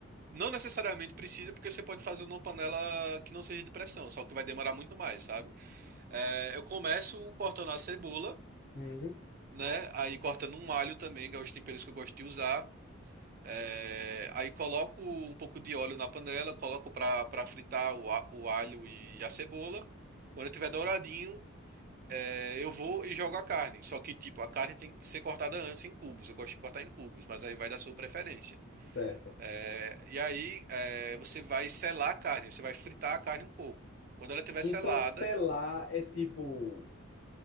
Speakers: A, on the right; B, on the left.
A: Não necessariamente precisa, porque você pode fazer numa panela que não seja de pressão, só que vai demorar muito mais, sabe? É, eu começo cortando a cebola,
B: Uhum.
A: né? Aí cortando um alho também, que é os temperos que eu gosto de usar. É, aí coloco um pouco de óleo na panela, coloco para para fritar o, a- o alho e a cebola. Quando tiver douradinho, é, eu vou e jogo a carne. Só que, tipo, a carne tem que ser cortada antes em cubos. Eu gosto de cortar em cubos, mas aí vai da sua preferência.
B: Certo.
A: É, e aí, é, você vai selar a carne, você vai fritar a carne um pouco. Quando ela estiver
B: Então,
A: selada,
B: selar é tipo.